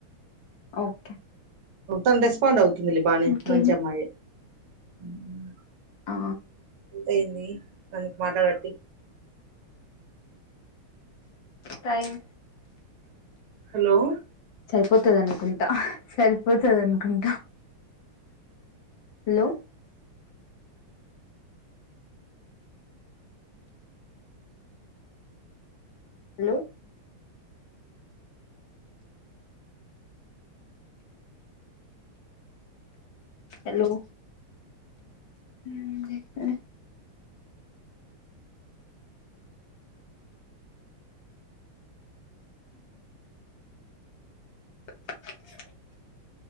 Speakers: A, on the left; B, on the right.
A: ఓకే
B: తమ్ రెస్పోండ్ అవుతు లీ బానే
A: ఇంకేమి
B: మంచి అమ్మాయే మ్మ్
A: ఆ
B: అయింది మనకి మాట్లాడబట్టి
A: టైమ్
B: హలో
A: పోతది అనుకుంటా సరిపోతది అనుకుంటా లో లో అలో మ్మ్ జెప్పే <unintelligible>